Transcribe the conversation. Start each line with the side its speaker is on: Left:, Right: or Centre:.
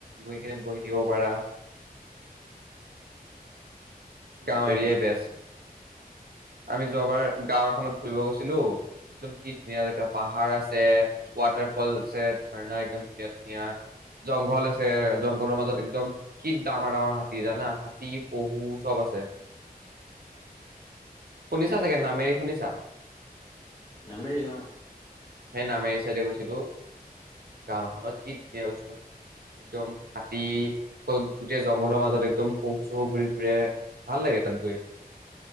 Right: গৈ কিনে বহি থাকিব পাৰা
Left: সেইটোয়েতো
Right: গাঁও এৰিয়াই বেষ্ট আমি যোৱাবাৰ গাঁও এখনত ফুৰিব গৈছিলো একদম কি ধুনীয়া মেকাপ পাহাৰ আছে ৱাটাৰফল আছে ঝাৰণা একদম ধুনীয়া ধুনীয়া জংঘল আছে জংঘলৰ মাজত একদম কি ডাঙৰ ডাঙৰ হাতী জানা হাতী পহু চব আছে শুনিছা চাগে নামেৰি শুনিছা
Left: নামেৰি অ
Right: সেই নামেৰি চাইডে গৈছিলো গাওঁ এখনত কি ধুনীয়া কৈছো নহয় একদম হাতী গোটেই জংঘলৰ মাজত একদম পহু চহু ঘূৰি ফুৰে ভাল লাগে তাত গৈ